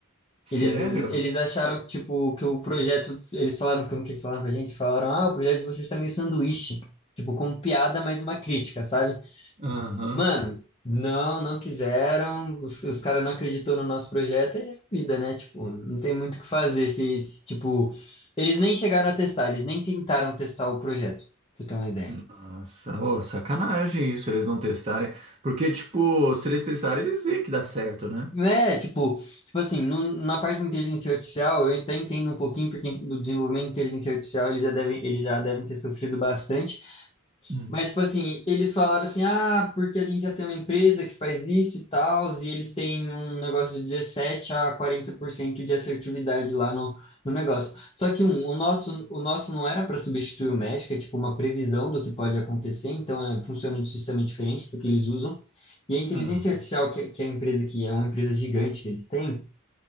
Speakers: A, on the right; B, on the left.
A: Sério?
B: Eles, eles acharam que, tipo, que o projeto, eles falaram como que eles falaram pra gente, falaram: "Ah, o projeto de vocês tá meio sanduíche", tipo, com piada, mas uma crítica, sabe?
A: Aham.
B: Mano, não, não quiseram, os, os caras não acreditou no nosso projeto, é a vida, né? Tipo, não tem muito o que fazer se, se, tipo, eles nem chegaram a testar, eles nem tentaram testar o projeto, pra você ter uma ideia.
A: Nossa, ô, sacanagem isso, eles não testarem. Porque, tipo, se eles testarem, eles veem que dá certo, né?
B: É, tipo, tipo assim, no- na parte de inteligência artificial, eu até entendo um pouquinho, porque do desenvolvimento de inteligência artificial eles já devem, eles já devem ter sofrido bastante,
A: Hum.
B: Mas, tipo assim, eles falaram assim, ah, porque a gente já tem uma empresa que faz isso e tal, e eles têm um negócio de 17 a 40% de assertividade lá no, no negócio. Só que um, o nosso, o nosso não era para substituir o médico, é tipo uma previsão do que pode acontecer, então é, funciona de um sistema diferente do que eles usam. E a inteligência
A: Aham.
B: artificial, que, que é a empresa que é uma empresa gigante que eles têm,